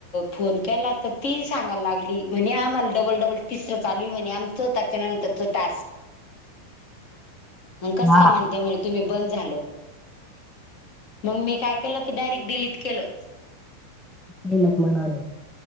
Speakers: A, on the left (about 40°); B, in the centre.
A: फोन केला तर ती सांगायला लागली म्हणे आम्हाला डबल डबल तिसरं चालू म्हणे आमचं त्याच्या नंतरच टास्क मग कस
B: हा.
A: काय म्हणताय मग. तुम्ही बंद झालं मंग मी काय केलं ते डायरेक्ट डिलीट केलं.
B: ही लेक म्हणाली.